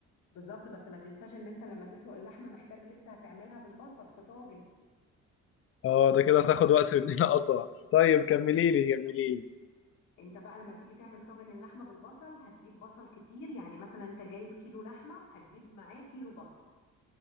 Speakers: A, on the left (about 85°); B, on the left (about 50°).
A: بالظبط بس ما تنساش ان انت لما تسلق اللحمة محتاج لسه هتعملها بالبصل في طاجن
B: اه ده كده هتاخد وقت مننا اطول <laughs> طيب كملي لي كملي لي
A: انت بقى لما تيجي تعمل طاجن اللحمه بالبصل هتجيب بصل كتير يعني مثلا انت جايب كيلو لحمه هتجيب معاه كيلو بصل